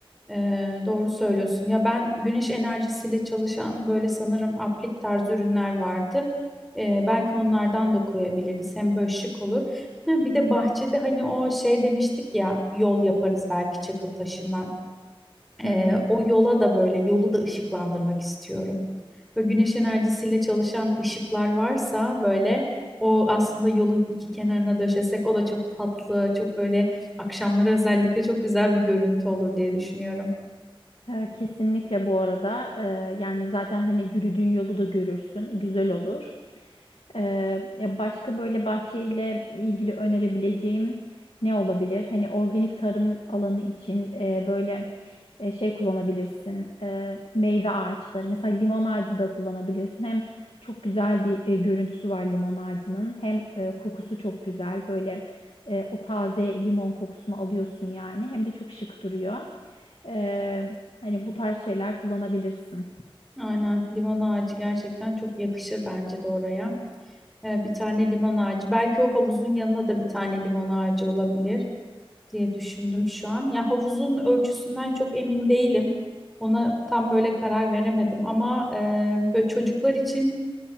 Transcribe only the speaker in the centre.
Ee, doğru söylüyorsun. Ya ben güneş enerjisiyle çalışan böyle sanırım aplik tarzı ürünler vardı. Ee, belki onlardan da koyabiliriz. Hem böyle şık olur. Ha, bir de bahçede hani o şey demiştik ya yol yaparız belki çakıl taşından.
Ee,
o yola da böyle yolu da ışıklandırmak istiyorum. Böyle güneş enerjisiyle çalışan ışıklar varsa böyle o aslında yolun iki kenarına döşesek o da çok tatlı, çok böyle akşamları özellikle çok güzel bir görüntü olur diye düşünüyorum.
Aynen limon ağacı gerçekten çok yakışır bence de oraya. Ee, bir tane limon ağacı. Belki o havuzun yanına da bir tane limon ağacı olabilir diye düşündüm şu an. Ya havuzun ölçüsünden çok emin değilim. Ona tam böyle karar veremedim ama e, böyle çocuklar için